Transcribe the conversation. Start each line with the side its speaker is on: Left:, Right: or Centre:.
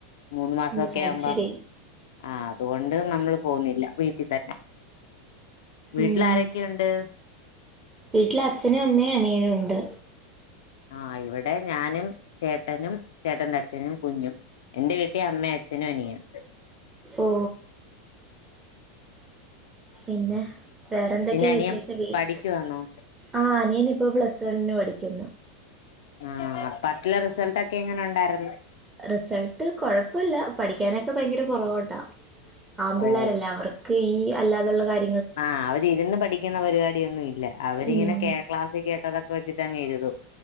Left: മൂന്ന് മാസൊക്കെ
Right: ഉം അത്
Left: ആവുമ്പം
Right: ശരി
Left: ആ അതുകൊണ്ട് നമ്മള് പോവുന്നില്ല വീട്ടി തന്നെ വീട്ടില്
Right: ഉം
Left: ആരൊക്കെയുണ്ട്?
Right: വീട്ടില് അച്ഛനും അമ്മയും അനിയനും ഉണ്ട്
Left: ആഹ് ഇവിടെ ഞാനും ചേട്ടനും ചേട്ടന്റെ അച്ഛനും കുഞ്ഞും എൻന്റെ വീട്ടിൽ അമ്മയും അച്ഛനും അനിയ-
Right: ഓ പിന്നെ വേറെന്തൊക്കെയാ
Left: പിന്നെ അനിയൻ
Right: വിശേഷിച്ച
Left: പഠിക്കുവാന്നോ
Right: ആ അനിയൻ ഇപ്പോ പ്ലസ് വണ്ണിന് പഠിക്കുന്നു
Left: ആ പത്തിലെ റിസൾട്ട് ഒക്കെ ഇ എങ്ങനെ ഉണ്ടായിരുന്നു
Right: റിസൾട്ട് കൊഴപ്പില്ല പഠിക്കാനൊക്കെ ഭയങ്കര പുറകോട്ടാ ആൺപിളേരല്ലേ
Left: ഓ
Right: അവർക്ക് ഈ- അല്ലാതുള്ള കാര്യം
Left: ആ അവരിരുന്ന് പഠിക്കുന്ന പരിപാടി ഒന്നും ഇല്ല അവരിങ്ങനെ
Right: ഉം
Left: ക്ലാസ്സിൽ കേട്ടതൊക്കെ വെച്ചിട്ട് അങ്ങ് എഴുതും